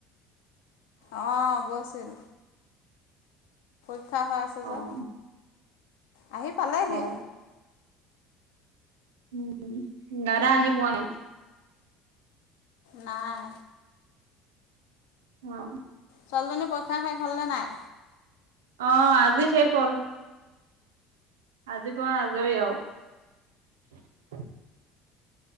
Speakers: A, on the left; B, on the right.
A: অ গৈছিল পৰিক্ষা হৈ আছে
B: অ',
A: যে, আহি পালেহি
B: অ', উম দাদা আহি পোৱা নাই।
A: নাই
B: অ
A: ছোৱালীজনী পৰীক্ষা শেষ হ'লনে নাই?
B: অ আজি শেষ হ'ল আজিৰ পৰা আজৰি আজৰি আও,